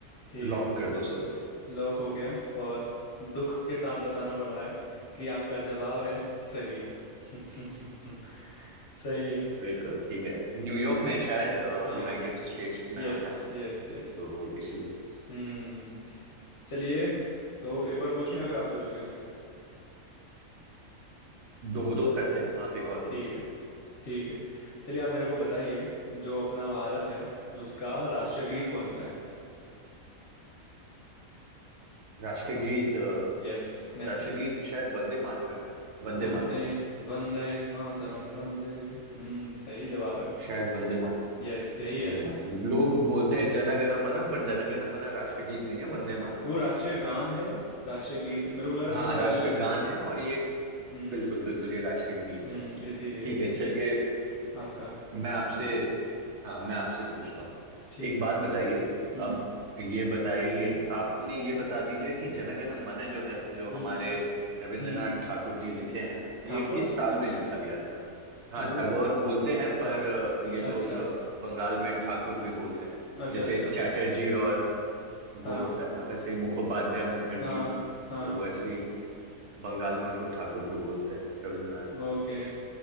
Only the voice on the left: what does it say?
ठीक
है
लॉक हो गया और दुख के साथ बताना पड़ रहा है कि आपका जवाब है सही <laughs> सही है
हाँ
यस
Yes yes
हम्म चलिए तो एक और पूछूं या फिर आप पूछोगे
ठीक
है ठीक है चलिए आप मेरे को बताइए जो अपना भारत है उसका राष्ट्रीय गीत कौन सा है
बताए
यस नेशनल
वंदे
वंदे मातरम वंदे हम्म सही जवाब है
यस यही है
वो राष्ट्रीय गान है राष्ट्रीय गीत मेरे को लग रहा है
दोनों
अलग अलग है
हम्म
हम्म
इसीलिए
आपका
ठीक
है
हम्म
हम्म
हम्म
ठाकुर
ओ
हाँ
अच्छा
अच्छा
अच्छा
हाँ
हाँ हाँ
ओके